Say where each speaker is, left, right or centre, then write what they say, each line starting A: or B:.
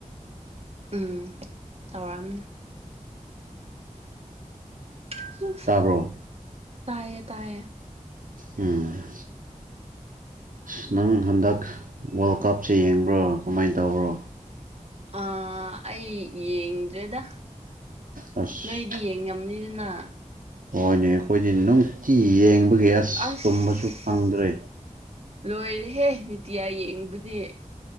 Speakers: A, on the right; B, on the right.
A: ꯎꯝ ꯇꯧꯔꯑꯝꯅꯤ <unintelligible>
B: ꯇꯥꯕ꯭ꯔꯣ
A: ꯇꯥꯏꯌꯦ ꯇꯥꯏꯌꯦ
B: ꯎꯝ ꯑꯁ ꯅꯪ ꯍꯟꯗꯛ ꯋꯥꯔꯜ ꯀꯞꯁꯦ ꯌꯦꯡꯕ꯭ꯔꯣ ꯀꯃꯥꯏꯅ ꯇꯧꯕ꯭ꯔꯣ
A: ꯑ ꯑꯩ ꯌꯦꯡꯗ꯭ꯔꯦꯗ
B: ꯑꯁ
A: ꯅꯣꯏ ꯗꯤ ꯌꯦꯡꯉꯝꯅꯤꯗꯅ
B: ꯍꯣꯏꯅꯦ ꯑꯩꯈꯣꯏꯗꯤ ꯅꯨꯡꯇꯤ ꯌꯦꯡꯕꯒꯤ ꯑꯁ
A: ꯑꯁ
B: ꯇꯨꯝꯕꯁꯨ ꯐꯪꯗ꯭ꯔꯦ
A: ꯂꯣꯏꯔꯦꯍꯦ ꯅꯤꯇꯤꯌꯥ ꯌꯦꯡꯕꯗꯤ